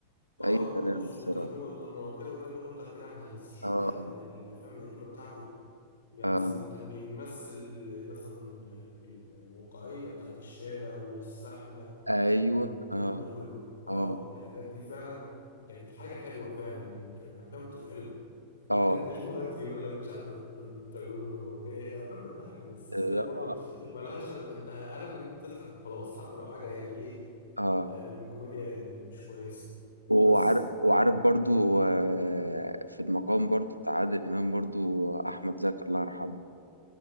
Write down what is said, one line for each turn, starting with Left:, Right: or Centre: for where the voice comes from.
Left: اه
Right: اي كلام
Left: بوبس
Right: الصراحه
Left: والتجربه الدنماركيه والكلام ده كله ده كلام هلس شوف
Right: اه
Left: بقى ال- الافلام القديمه بتاعته يعني
Right: اه
Left: مثلا لما كان بيمثل ال- مثلا ال- الواقعية بتاعت الشارع والزحمة
Right: ايوه
Left: والكلام
Right: اه
Left: ده كله اه
Right: اه
Left: الحاجات دي فعلا كانت حاجة حلوة فعلا يعني كان الأفلام بتتعرض
Right: اه
Left: غير دلوقتي يقول لك مش عارف ده التجربة الدنماركية هي أفلام بتضحك بس ستيل
Right: اه
Left: برضه مالهاش هدف أنت هدف إن أنت تضحك وخلاص حتى لو حاجة يعني إيه
Right: اه
Left: آه، من كوميديا يعني مش كويسة
Right: وعارف
Left: بس
Right: وعارف برضو آه، في المقام برضو بتاع عادل امام برضو احمد زكي الله يرحمه